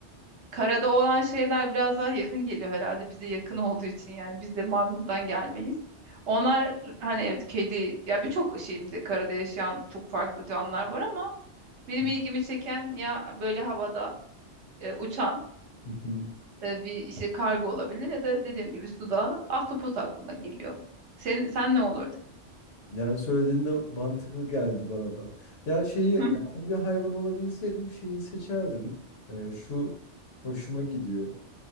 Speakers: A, on the right; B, on the left.
A: Karada olan şeyler biraz daha yakın geliyor herhalde bize yakın olduğu için yani biz de maymundan gelmeyiz. Onlar hani evet kedi ya birçok şimdi karada yaşayan çok farklı canlılar var ama benim
B: hı
A: ilgimi çeken ya böyle havada e, uçan
B: hı. hı.
A: e, bir işte kargo olabilir ya da dediğim gibi suda ahtapot aklıma geliyor. Sen, sen ne olurdu?
B: Yani söylediğinde mantıklı geldi bana da. Ya şeyi
A: <laughs>
B: eğer bir hayvan olabilseydim şeyi seçerdim. Ee, şu hoşuma gidiyor